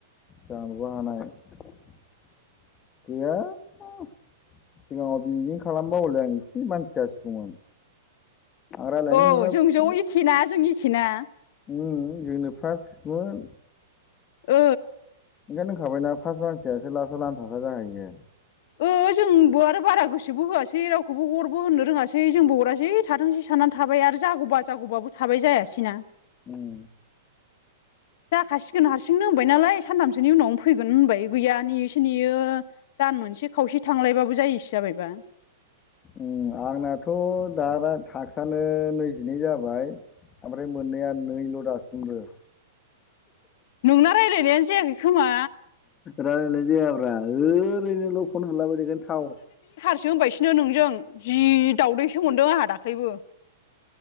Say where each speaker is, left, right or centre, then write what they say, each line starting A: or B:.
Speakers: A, on the left; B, on the left.
A: जानोबो हानाय गैया सिगाङाव बिदिनो खालामबा हले आं एसे मानसि जासिगौमोन आं रायलायनो
B: औ
A: मोना
B: जों ज' एखेना जों एखेना।
A: उम जोंनो फासमोन
B: ओ
A: ओंखायनो दोंखाबायना फास मानसियासो लासाव लानथाथा जाहैयो।
B: ओ जोंबो आरो बारा गोसोबो होआसै रावखौबो हरबो होननो रोङासै जोंबो हरासै थाथोंसै साना थाबाय आरो जागौबा जागौबाबोथाबाय जायासैना।
A: उम
B: जाखासिगोन हारसिंनो होनबाय नालाय सानथामसोनि उनावनो फैगोन होनबाय गैया नेयो सो नेयो दान मोनसे खावसे थांलायबाबो जायिसो जाबायबा।
A: उम आंनाथ' दाबा थाखक्सानो नैजिनै जाबाय ओमफ्राय मोननैया नैल' दासिमबो।
B: <unintelligible> नोंना रायलायनायानो जायाखै खोमा।
A: रायलायनाय जायाब्रा ओरैनोल' फन हरलाबायदिखायनो टाउन
B: होसोबायसनो नोंजों जि दाउदैसो मोनदों आंहा दाख्लैबो।